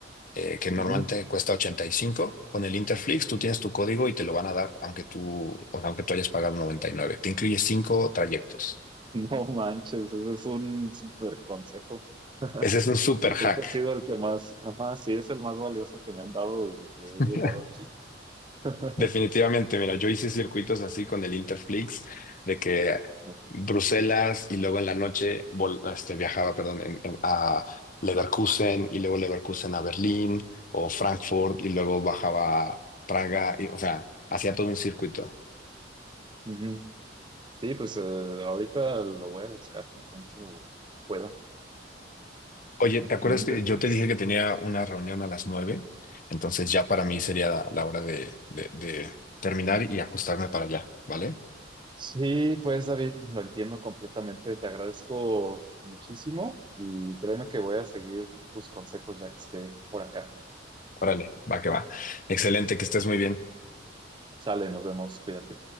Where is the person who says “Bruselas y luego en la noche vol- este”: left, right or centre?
Left